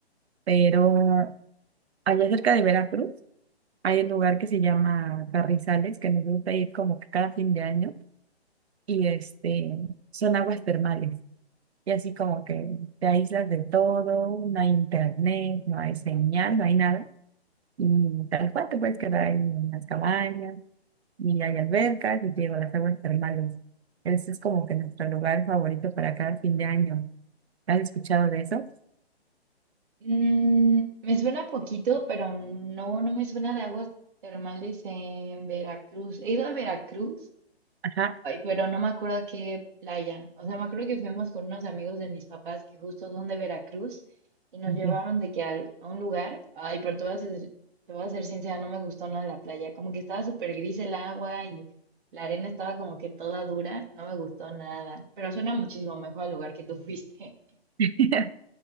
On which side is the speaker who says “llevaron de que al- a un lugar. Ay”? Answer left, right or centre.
Right